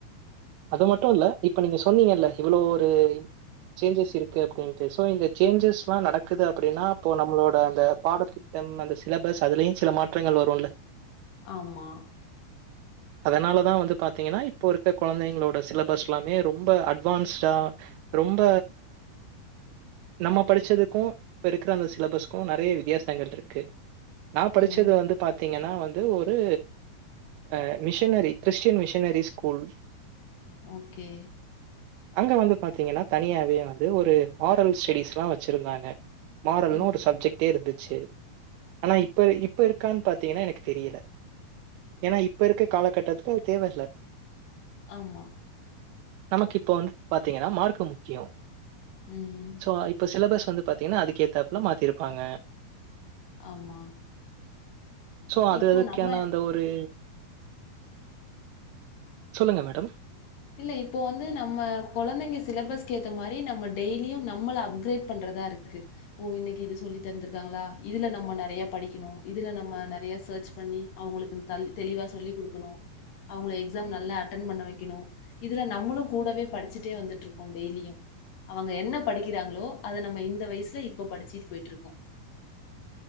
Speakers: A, on the right; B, on the left.
A: அது மட்டு இல்ல இப்ப நீங்க சொன்னீங்கல்ல இவ்ளோ ஒரு சேஞ்சஸ் இருக்கு அப்டின்ட்டு சோ இந்த சேஞ்சஸ்ல்லா நடக்குது அப்டின்னா அப்போ நம்பளோட அந்த பாடத் திட்டம் அந்த சிலபஸ் அதுலயு சில மாற்றங்கள் வருல்ல
B: ஆமா
A: அதனால தா வந்து பாத்தீங்கன்னா இப்போ இருக்க குழந்தைங்களோட சிலபஸ்ல்லாமே ரொம்ப அட்வான்ஸ்டா ரொம்ப நம்ம படிச்சதுக்கு இப்போ இருக்கற அந்த சிலபஸ்க்கு நறைய வித்தியாசங்கள் இருக்கு நா படிச்சது
B: ம்
A: வந்து பாத்தீங்கன்னா வந் து ஒரு அ missionary Christian missionary school
B: okay
A: அங்க வந்து பாத்தீங்கன்னா தனியாவே வந்து ஒரு மாரல் ஸ்டடிஸ்ல்லா வச்சிருந்தாங்க மாறல்ன்னு
B: ம்
A: ஒரு சப்ஜெக்ட்டே இருந்துச்சு ஆனா இப்ப இப்ப இருக்கான்னு பாத்தீங்கன்னா எனக்கு தெரியல ஏன்னா இப்ப இருக்க காலகட்டத்துக்கு அது தேவ இல்ல
B: ஆமா
A: நமக்கு இப்போ வந்து பாத்தீங்கன்னா மார்க்கு முக்கியோ
B: ம்
A: போ இப்ப சிலபஸ் வந்து பாத்தீங்கன்னா அதுக் ஏத்தாப்புல மாத்திருப்பாங்க
B: ஆமா
A: சோ அது
B: இப்போ
A: அதுக்கான
B: நம்ம
A: அந்த ஒரு சொல்லுங்க மேடம்
B: இல்ல இப்போ வந்து நம்ம குழந்தைங்க சிலபஸ்க்கு ஏத்த மாரி நம்ம டெய்லியு நம்மல அவுங் அப்கிரேட் பண்றதா இருக்கு ஓ இன்னைக்கு இது சொல்லி தந்திருக்காங்களா இதுல நம்ம நறைய படிக்கணு இதுல நம்ம நறைய சர்ச் பண்ணி அவங்களுக்கு தல் தெளிவாக சொல்லி் குடுக்கணு அவங்கள எக்ஸாம் நல்லா அட்டென் பண்ண வைக்கணு இதுல நம்மளு கூடவே படிச்சிட்டே வந்துட்டு இருப்போ டெய்லியு அவங்க என்ன படிக்கிறாங்களோ அத நம்ம இந்த வயசில இப்ப படிச்சிட்டு போய்ட்டு இருக்கோ